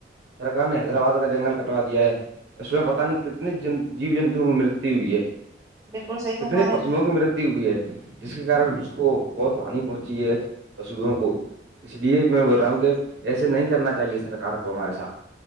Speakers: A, on the right (about 70°); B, on the right (about 20°).
A: سرک نے حیدرآباد کا جنگل کٹوا دیا ہے اس میں پتا نہیں کتنے جی جنتوؤ کی مرت ہوئی ہے
B: بالکل صحیح
A: کتنے
B: فرما رہے
A: پشوؤں
B: ہیں بھائی جان
A: کی مرت ہوئی ہے جس کے کار اس کو بہت ہانی پہنچی ہے پشوں کو اس لیے میں بول رہا ہوں کہ ایسے نہیں کرنا چاہیے سرکار کو ہمارے ساتھ